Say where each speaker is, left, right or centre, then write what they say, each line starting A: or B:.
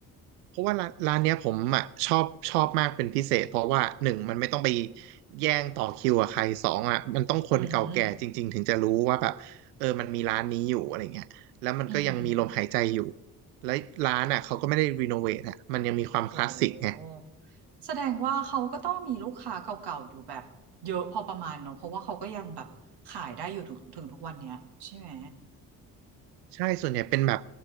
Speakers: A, on the right; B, on the right.
A: เพราะว่าร้านร้านเนี้ยผมอ่ะชอบชอบมากเป็นพิเศษเพราะว่าหนึ่งมันไม่ต้องไปแย่งต่อคิวกับใครสองอ่ะมันต้องคนเก่าแก่จริงๆถึงจะรู้ว่าแบบเออมันมีร้านนี้อยู่อะไรเงี้ยแล้วมันก็ยังมีลมหายใจอยู่
B: อืมอืม
A: แล้วร้านอ่ะเขาก็ไม่ได้รีโนเวทอ่ะมันยังมีความคลาสสิกไง
B: โหแสดงว่าเขาก็ต้องมีลูกค้าเก่าๆอยู่แบบเยอะพอประมาณเนอะ เพราะว่าเขาก็ยังแบบขายได้อยู่ถึงถึงทุกวันเนี้ยใช่ไหม
A: ใช่ส่วนใหญ่เป็นแบบ